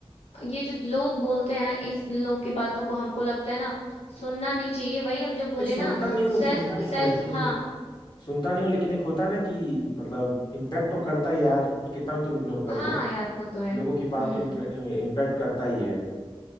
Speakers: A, on the left; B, on the left.
A: ये जो लोग बोलते हैं ना इस लोग की बातों को हमको लगता है ना सुनना नहीं चाहिए वही हम जो बोले
B: नहीं सुनता
A: ना
B: नहीं हूँ
A: सेल्फ
B: सुनता नहीं
A: सेल्फ
B: हूँ मैं लेकिन
A: हाँ
B: सुनता नहीं हूँ लेकिन एक होता है ना कि मतलब इम्पैक्ट तो करता है यार कितना भी तुम इग्नोर कर
A: हाँ
B: दो
A: यार वो तो है
B: लोगों
A: हम्म
B: की बात तो इम्पैक्ट करता ही है